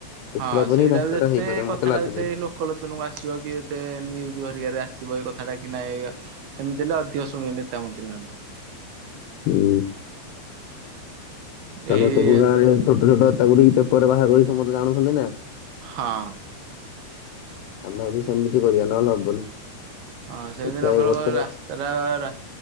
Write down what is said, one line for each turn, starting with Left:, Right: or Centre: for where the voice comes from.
Left: ଦେଖିଲା
Right: ହଁ
Left: ପରେ
Right: ସେଇଟା
Left: ହିଁ ରାସ୍ତାଟା
Right: ବି ଯେତେ
Left: ହେଇପାରିବ
Right: କଥାଟା
Left: ମତେ ଲାଗୁଛି।
Right: ଯେତେ ଲୋକ। ଲୋକ ଲୋଚନକୁ ଆସିବ କି ଏତେ ନ୍ୟୁଜ୍ ଘରିକାରେ ଆସିବ ଏ କଥାଟା କି ନାହିଁ। ଏମିତି ହେଲେ ଅଧିକ ଶୁଣିବେ ନେତା ମନ୍ତ୍ରୀ ମାନେ।
Left: ହୁଁ ଆମେ
Right: ଏଇ
Left: ସବୁ ଗାଁରେ ଯାଇ ଛୋଟ ଛୋଟ କଥାକୁୁନେଇକି ତାକୁ। ପରେ ବାହାରକରି ସମସ୍ତେ ଜାଣୁଛନ୍ତି ନା।
Right: ହଁ
Left: ଆମେ‌ ଭାବୁଛୁ ସେମିତି କରିବା ନହେଲେ ହବନି।
Right: ହଁ ସେମିତି
Left: ଦେଖିବା
Right: ନ
Left: ଏଇ
Right: କଲେ
Left: ବର୍ଷ
Right: ବା ରାସ୍ତାଟା ରା